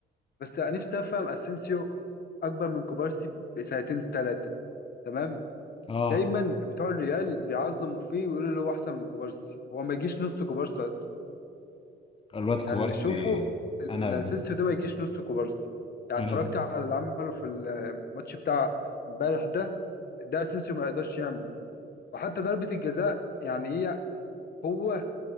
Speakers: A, on the left; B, on the left.
A: بس أنا نفسي افهم اسينسيو اكبر من كوبارسي بسنتين ثلاثه تمام
B: اه
A: دايما بتوع الريال بيعظموا فيه ويقولوا اللي هو احسن من كوبارسي هو ما يجيش نص كوبارسي اصلا
B: الواد
A: يعني
B: كوبارسي
A: اللي اشوفه ال-
B: انا
A: الاسينسيو
B: ب...
A: ده ما يجيش نص كوبارسي يعني
B: انا
A: اتفرجت على اللي عمله في الماتش بتاع امبارح ده ده اسينسيو ما يقدرش يعمله وحتى ضربه الجزاء يعني هي هو